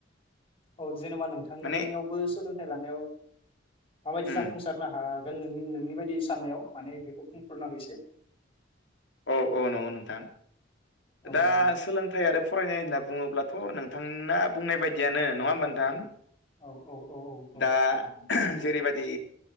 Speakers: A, on the left; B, on the left.
A: औ जेनेबा नोंथांनियावबो
B: माने
A: सोलों थाइ‌ लानायाव माबायदि
B: उम
A: जाफुंसारनो हा गोन नोंनि नोंनि बायदि साननायाव माने बेखौ बुंफोरना हो एसे
B: औ औ नंगौ नोंथां
A: औ
B: दा
A: औ दे
B: सोलोंथाइ आरो फरायनाय होनना बुङोब्लाथ नोंथांना बुंनाय बायदियानो नङा होमबा नोंथां।
A: औ औ औ औ
B: दा
A: नोंथां
B: जेरैबायाददि